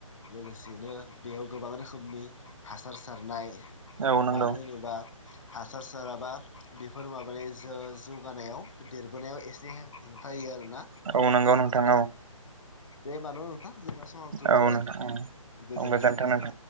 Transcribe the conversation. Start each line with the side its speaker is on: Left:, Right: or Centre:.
Left: लोगोसेनो बेयाव गोबां रोखोमनि हासार सारनाय
Right: औ नंगौ
Left: बानोबा हासार साराबा बेफोर माबानाय जौगानायाव देरबोनायाव एसे हेंथायो आरो ना
Right: औ नंगौ नोंथां
Left: औ दे मानो नोंथां जेब्ला सहाबथ' होबाय
Right: औ नोंथां
Left: गोजोन्थों
Right: औ
Left: दे
Right: नोंथां